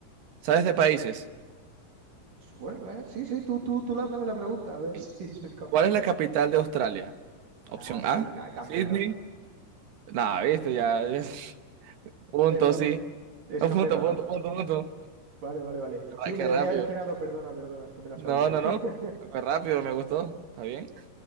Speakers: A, on the right (about 85°); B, on the right (about 60°).
A: ¿Sabes de países?
B: Bueno, eh, sí, sí, tú, tú, tú lánzame la pregunta, a ver
A: Ok.
B: <laughs> si soy capaz.
A: ¿Cuál es la capital de Australia? Opción
B: Ah, sí,
A: A,
B: Ca- Canberra.
A: Sydney. No, viste, ya, ya. <laughs>
B: <laughs>
A: Punto,
B: Perdón,
A: sí.
B: es
A: No,
B: Canberra,
A: Punto, punto,
B: ¿no?
A: punto, punto.
B: Vale, vale, vale.
A: Qué
B: Sí,
A: qué
B: me debería
A: rápido.
B: haber esperado, perdona, perdona, es que me la
A: No,
B: sabía.
A: no, no.
B: <laughs>
A: Fue rápido, me gustó. ¿Está bien?